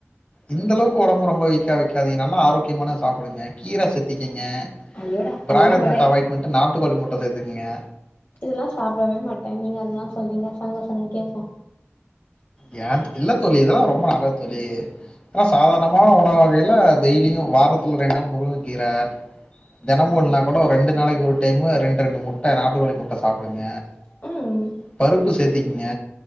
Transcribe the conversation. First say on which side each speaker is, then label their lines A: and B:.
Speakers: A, on the left (about 20°); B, on the left (about 40°).
A: இந்தளவுக்கு உடம்பு ரொம்ப வீக்காக வைக்காதீங்க நல்லா ஆரோக்கியமானத சாப்பிடுங்க கீரை சேத்திக்கிங்க
B: ஐயோடா
A: பிராய்லர்
B: அதெல்லா கெடையாது
A: முட்ட அவாய்ட் பண்ணிட்டு நாட்டுக்கோழி முட்ட சேத்துகுங்க
B: இதெல்லா சாப்பிடவே மாட்டே நீங்க அதெல்லா சொல்றீங்க சொல்லுங்க சொல்லுங்க கேப்போ
A: ஏ தோ இல்ல தோழி இதெல்லா ரொம்ப நல்லது தோழி ஏன்னா சாதாரணமான உணவு வகையில டெய்லியு வாரத்துல ரெண்டு நாள் முருங்க கீர தினமு இல்லன்னா கூட ஒரு ரெண்டு நாளைக்கி ஒரு டைமு ரெண்டு ரெண்டு முட்ட நாட்டு கோழி முட்ட சாப்டுங்க
B: ம்
A: பருப்பு சேத்திக்கிங்க